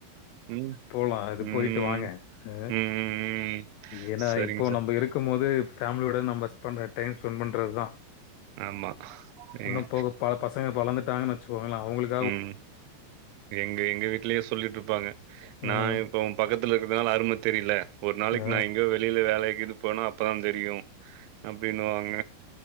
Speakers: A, on the right (about 85°); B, on the left (about 85°).
A: ம்
B: மா அது
A: ம்
B: போய்ட்டு வாங்க அ
A: ம்.
B: ஏனா
A: சரிங்க
B: இப்போ
A: சார்.
B: நம்ம இருக்கு போது ஃபேமிலியோட நம்ம ஸ் பண்ற டைம் ஸ்பெண்ட் பண்றத்தா
A: ஆமா. எங்க
B: இன்னு போக ப பசங்க வளந்துட்டாங்கன் வச்சுக்கோங்களே அவுங்களுக்
A: ம் எங்க எங்க வீட்லயு சொல்லிட்ருப்பாங்க
B: ம்.
A: நா இப்போ ஒ பக்கத்துல இருக்கதுனால அரும தெரில ஒரு நாளைக்கு
B: ஆ.
A: நா எங்கயோ வெளில வேலக்கி இது போனா அப்ப தா தெரியு அப்டினுவாங்க